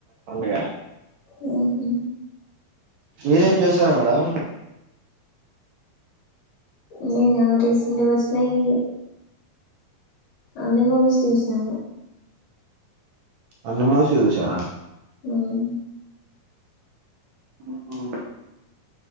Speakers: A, on the right; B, on the left.
A: మేడం
B: మ్మ్ హు
A: మీరేం చేశారు మేడం.
B: నేనా రీసెంట్ గా వచ్చినయి అన్నీ మూవీస్ చూసాను
A: అన్ని మూవీస్ చూసారా?
B: మ్మ్
A: మ్మ్ హు